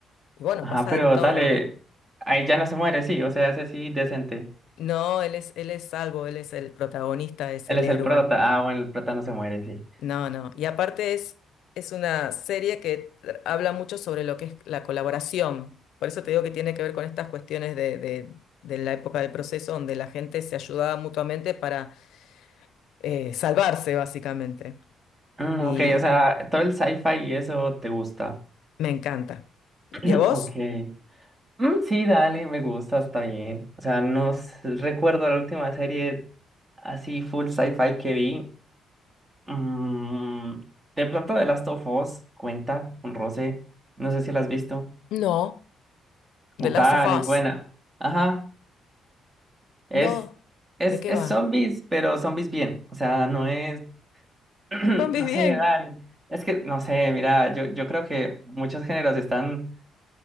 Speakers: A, on the left; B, on the right.
A: Y bueno,
B: ajá,
A: pasa
B: pero
A: de todo.
B: dale, ahí ya no se muere, sí, o sea, ese sí, decente.
A: No, él es, él es salvo, él es el protagonista, es
B: Él
A: el
B: es
A: héroe.
B: el prota. Ah, bueno, el prota no se muere, sí.
A: No, no. Y aparte es, es una serie que tra- habla mucho sobre lo que es la colaboración. Por eso te digo que tiene que ver con estas cuestiones de, de- de la época del proceso, donde la gente se ayudaba mutuamente para eh, salvarse, básicamente.
B: Mm,
A: Y
B: ok, o sea, todo el sci-fi y eso te gusta.
A: me encanta.
B: <laughs> Mm,
A: ¿Y a vos?
B: Ok. Mm, sí, dale, me gusta, está bien. O sea, no s- recuerdo la última serie así full sci-fi que vi. Mm, de pronto The Last of Us cuenta, un roce. No sé si la has visto.
A: No,
B: Uh,
A: The Last
B: dale,
A: of Us.
B: es buena. Ajá, es,
A: No,
B: es,
A: ¿de qué
B: es
A: va?
B: zombies, pero zombies bien. O sea, no es. <clears throat>
A: Zombies
B: No
A: bien.
B: sé, dale. Es que, no sé, mira, yo, yo creo que muchos géneros están,